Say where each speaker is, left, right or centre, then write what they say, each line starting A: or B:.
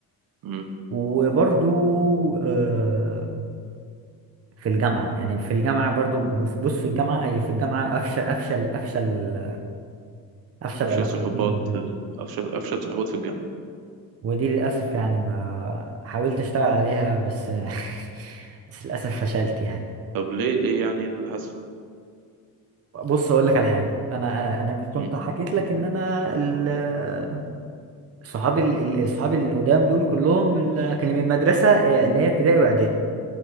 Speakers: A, on the right; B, on the right.
A: مم.
B: وبرضو آه في الجامعة يعني في الجامعة برضو بص بص في الجامعة هي في الجامعة أفشل أفشل أفشل أفشل
A: أفشل
B: علاقات
A: صحوبات
B: لي منها.
A: في ال... أفشل أفشل صحوبات في الجامعة
B: ودي للأسف يعني ما حاولت أشتغل عليها بس <laughs> بس للأسف فشلت يعني
A: طب ليه ليه يعني إيه اللي حصل؟
B: بص أقول لك على حاجة أنا أنا أنا كنت
A: مم.
B: حكيت لك إن أنا ال- صحابي ال- ال- صحابي القدام دول كلهم اللي كانوا من المدرسة آه، اللي هي ابتدائي وإعدادي